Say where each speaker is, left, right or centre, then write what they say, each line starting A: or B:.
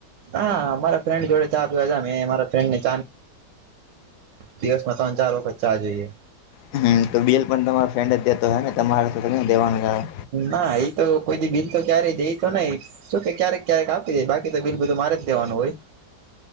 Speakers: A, on the right; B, on the left.
A: હા મારા ફ્રેન્ડ જોડે ચા પીવા જાઉં મે મારા ફ્રેન્ડ ને ચા દિવસ માં ત્રણ ચાર વખત ચા જોઈએ
B: હમ તો બેિલ પણ તમારો ફ્રેન્ડ જ દેતો હે ને તમારે તો તમે દેવાનું આવે
A: ના એ તો કોઈ બિલ તો ક્યારે દઈ તો નહી જોકે ક્યારેક ક્યારેક આપી દે બાકી તો બિલ બધું મારે જ દેવાનું હોય